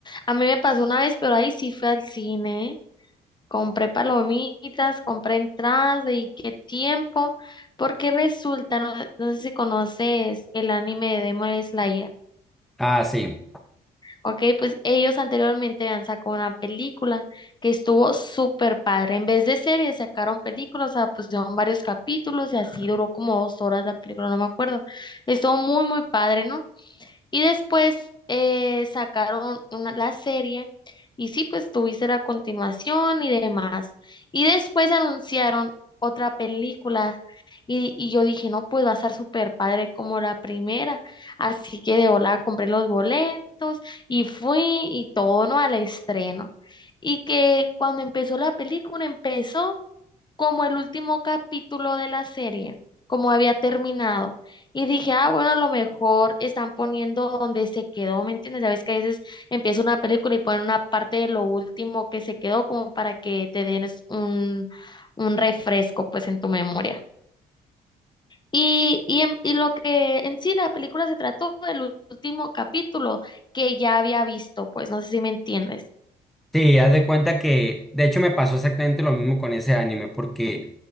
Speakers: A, on the left (about 25°); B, in the centre.
A: A mí me pasó una vez, pero ahí sí fue al cine. Compré palomitas, compré entradas y qué tiempo, porque resulta, no, no sé si conoces el anime de Demon Slayer.
B: Ah, sí.
A: Ok, pues ellos anteriormente habían sacado una película que estuvo súper padre. En vez de series, sacaron películas, o sea, pues pusieron varios capítulos y así duró como dos horas la película, no me acuerdo. Estuvo muy, muy padre, ¿no? Y después eh, sacaron una, la serie y sí, pues tuviste la continuación y demás. Y después anunciaron otra película y, y yo dije, no, pues va a estar súper padre como la primera. Así que de hola compré los boletos y fui y todo, ¿no? Al estreno. Y que cuando empezó la película, empezó como el último capítulo de la serie, como había terminado. Y dije, ah, bueno, a lo mejor están poniendo donde se quedó, ¿me entiendes? Sabes que a veces empieza una película y ponen una parte de lo último que se quedó como para que te den un, un refresco pues en tu memoria. Y, y, en- y lo que en sí la película se trató del último capítulo que ya había visto, pues no sé si me entiendes.
B: Sí, haz de cuenta que, de hecho me pasó exactamente lo mismo con ese anime, porque